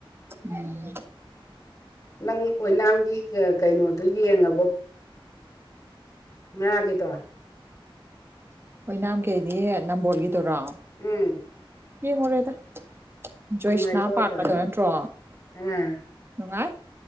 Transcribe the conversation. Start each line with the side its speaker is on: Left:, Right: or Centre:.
Right: ꯎꯝ
Left: ꯅꯪ ꯑꯣꯏꯅꯥꯝꯒꯤ ꯀꯩꯅꯣꯗꯨ ꯌꯦꯡꯉꯕꯣ ꯉꯥꯒꯤꯗꯣ
Right: ꯑꯣꯏꯅꯥꯝ ꯒꯤꯗꯤ ꯅꯝꯕꯣꯜꯒꯤꯗꯨꯔꯥ
Left: ꯎꯝ
Right: ꯌꯦꯡꯉꯨꯔꯦꯗ ꯖꯣꯏꯁꯅꯥ
Left: ꯅꯨꯡꯉꯥꯏꯇ꯭ꯔꯣ
Right: ꯄꯥꯗ
Left: ꯑꯗꯣ
Right: ꯅꯠꯇ꯭ꯔꯣ
Left: ꯑꯥ
Right: ꯅꯨꯡꯉꯥꯏ